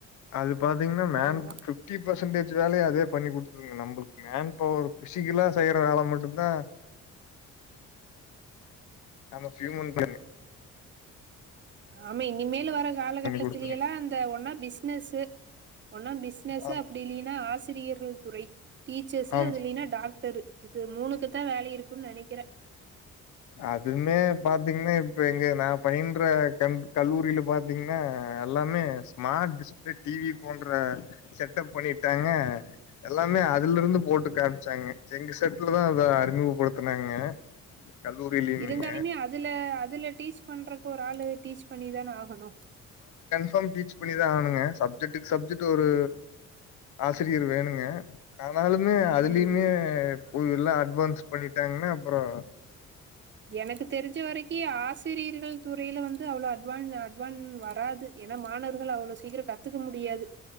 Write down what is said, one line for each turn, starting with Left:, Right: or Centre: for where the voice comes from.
Left: அது பாத்தீங்கன்னா மேன்
Right: ஆமா
Left: ஃபிப்டி பர்சன்டேஜ் வேலய அதுவே பண்ணி குடுத்துதுங்க நம்பளுக் மேன் பவர் ஃபிசிக்கலா செய்யற வேல மட்டுந்தா ஆமா பியூமன் பேணு
Right: ஆமா இனிமேலு வர காலகட்டத்திலேயலா
Left: குடுத்துரும்.
Right: அந்த ஒன்னா பிஸ்னஸு ஒன்னு பிஸ்னஸு
Left: ஆம்
Right: அப்டி இல்லீனா ஆசிரியர்கள் துறை டீச்சர்ஸு
Left: ஆம்.
Right: அது இல்லீனா டாக்டரு இது மூணுக்கு தா வேலை இருக்குன் நெனைக்கிறே
Left: அதுமே பாத்தீங்கன்னா இப்போ எங்க நா பயின்ற கன் கல்லூரில பாத்தீங்கன்னா எல்லா ஸ்மார்ட் டிஸ்பிளே டிவி போன்ற செட்டப் பண்ணிட்டாங்க எல்லாமே அது ல இருந்து போட்டு காமிச்சாங்க எங்க செட்ல தா அத அறிமுகப்படுத்துனாங்க கல்லூரிலயுமேங்க.
Right: இருந்தாலுமே அதுல அதுல டீச் பண்றக்கு ஒரு ஆளு டீச் பண்ணிதான ஆகணு
Left: கன்பார்ம் டீச் பண்ணிதா ஆகணுங்க சப்ஜெக்ட்க்கு சப்ஜெக்ட் ஒரு ஆசிரியர் வேணுங்க ஆம் இருந்தாலுமே அதுலயுமே
Right: ம் ம்
Left: போ எல்லா அட்வான்ஸ் பண்ணிட்டாங்கன்னா அப்பறோ
Right: எனக்கு தெரிஞ்ச வரக்கி ஆசி ரியர்கள் துறையில வந்து அவ்ள அட்வான் அட்வான் வராது ஏன்னா மாணவர்கள் அவ்ளோ சீக்கிரோ கத் துக்க முடியாது